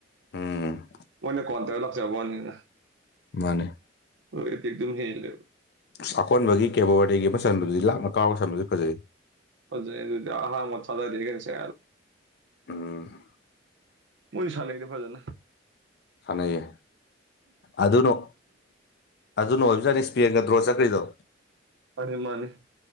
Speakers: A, on the left; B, on the right.
A: ꯎꯝ
B: ꯃꯣꯏꯅ ꯀꯣꯟ ꯇꯔ ꯂꯥꯛꯆꯕꯅꯤꯅ
A: ꯃꯥꯅꯦ
B: ꯑꯣ ꯑꯗꯨꯝ ꯍꯦꯜ ꯂꯩ
A: ꯑꯁ ꯑꯀꯣꯟꯕꯒꯤ ꯀꯦꯕꯣꯋꯥꯔꯤꯒꯤ ꯃꯁꯟꯗꯨꯗꯤ ꯂꯥꯅ ꯀꯥꯎꯕ ꯁꯟꯗꯨꯗꯤ ꯐꯖꯩ
B: ꯑꯗꯨꯗꯤ ꯍꯥ ꯃꯊꯗꯁꯦ
A: ꯎꯝ
B: ꯃꯣꯏꯁꯨ ꯁꯥꯟꯅꯩꯅꯦ ꯐꯖꯅꯅ
A: ꯀꯥꯟꯅꯩꯌꯦ ꯑꯗꯨꯅ ꯑꯗꯨꯅ ꯑꯣꯏꯕꯁꯨ ꯌꯥꯠꯅꯤ ꯏꯁ꯭ꯄꯦꯟꯒ ꯗ꯭ꯔꯣ ꯆꯀ꯭ꯔꯤꯗꯣ
B: ꯃꯥꯅꯤ ꯃꯥꯅꯤ